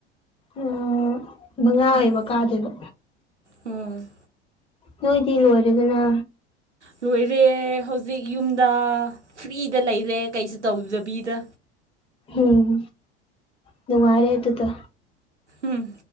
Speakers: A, on the left (about 15°); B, on the right (about 80°).
A: ꯎꯝ ꯃꯉꯥ ꯑꯣꯏꯕ
B: ꯎꯝ
A: ꯀꯥꯗꯦꯕ
B: ꯎꯝ
A: ꯅꯣꯏꯗꯤ ꯂ ꯑꯣꯏꯔꯦꯗꯅ
B: ꯂꯣꯏꯔꯦ ꯍꯧꯖꯤꯛ ꯌꯨꯝꯗ ꯐ꯭ꯔꯤꯗ ꯂꯩꯔꯦ ꯀꯩꯁꯨ ꯇꯧꯗꯕꯤꯗ
A: ꯎ ꯝ ꯅꯨꯡꯉꯥꯏꯔꯦ ꯍꯥꯏ ꯑꯗꯨꯗ
B: ꯎꯝ